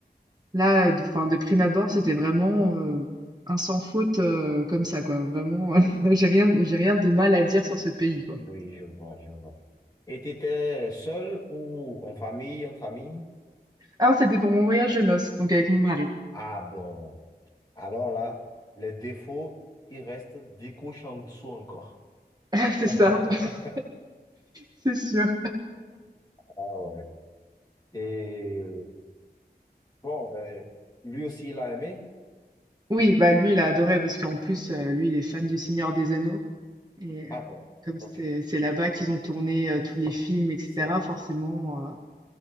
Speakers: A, on the right; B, on the left.
A: là, de, enfin, de prime abord, c'était vraiment euh, un sans faute euh, comme ça, quoi. Vraiment, <laughs> j'ai rien, j'ai rien de mal à dire sur ce pays, quoi.
B: oui, je vois, je vois. Et tu étais seul ou en famille, entre amis?
A: Ah, c'était pour mon voyage de noces, donc avec mon mari.
B: Ah bon. Alors là, les défauts, ils restent dix couches en dessous encore.
A: <laughs> C'est ça,
B: <laughs>
A: <laughs> c'est sûr.
B: Ah ouais. Et Bon, ben, lui aussi, il a aimé.
A: Oui, bah lui, il a adoré parce qu'en plus, euh, lui, il est fan du Seigneur des Anneaux. Et
B: Ah
A: euh,
B: bon,
A: comme
B: ok,
A: c'est c'est là-bas qu'ils ont tourné euh, tous les films, etc.,
B: c'est vrai.
A: forcément. euh,